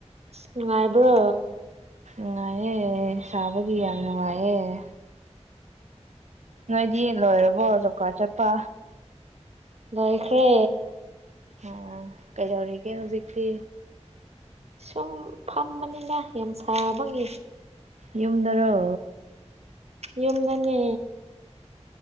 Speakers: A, on the right; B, on the right.
A: ꯅꯨꯡꯉꯥꯏꯕ꯭ꯔꯣ
B: ꯉꯑꯦ ꯁꯥꯕꯒꯤꯌꯥꯅꯣꯉꯌꯦꯦ ꯅꯣꯏꯗꯤ ꯂꯣꯏꯔꯕꯣ ꯖꯣꯕ ꯀꯥꯔꯠ ꯆꯠꯄ
A: ꯂꯣꯏꯈ꯭ꯔꯦ
B: ꯑꯣ ꯀꯩꯗꯧꯔꯤꯒꯦ ꯍꯧꯖꯤꯛꯇꯤ
A: ꯁꯨꯝ ꯐꯝꯕꯅꯤꯅ ꯌꯥꯝ ꯁꯥꯔꯕꯒꯤ
B: ꯌꯨꯝꯗꯔꯣ
A: ꯌꯝ ꯅꯅꯦ